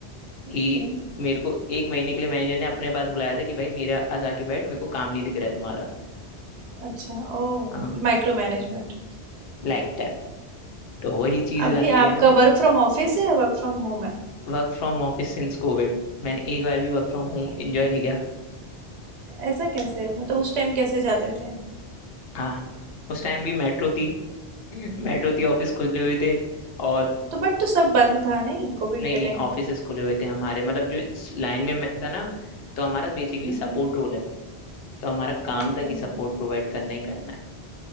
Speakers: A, on the left; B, on the right.
A: कि
B: ओके
A: मेरे को एक महीने के लिए मैनेजर ने अपने पास बुलाया था कि भाई मेरा आज आके बैठ मेरे को काम नहीं दिख रहा है तुम्हारा
B: अच्छा Oh
A: हाँ
B: micro management
A: लाइक तो वही चीज
B: अभी
A: लगती
B: आपका
A: है ना
B: वर्क फ्रॉम ऑफिस है या वर्क फ्रॉम होम है
A: Work from office since Covid मैंने एक बार भी वर्क फ्रॉम होम एंजॉय नहीं किया
B: ऐसा कैसे मतलब उस टाइम कैसे जाते थे
A: हाँ उस टाइम भी मेट्रो थी <laughs> मेट्रो थी ऑफिस खुले हुए थे और
B: तो बट तो सब बंद था नहीं कोविड
A: नहीं
B: के
A: नहीं
B: टाइम
A: ऑफिसेस खुले हुए थे हमारे मतलब जो लाइन में मैं था ना तो हमारा बेसिकली
B: हम्म
A: सपोर्ट रोल है तो हमारा काम
B: ओके
A: था कि सपोर्ट प्रोवाइड करना ही करना है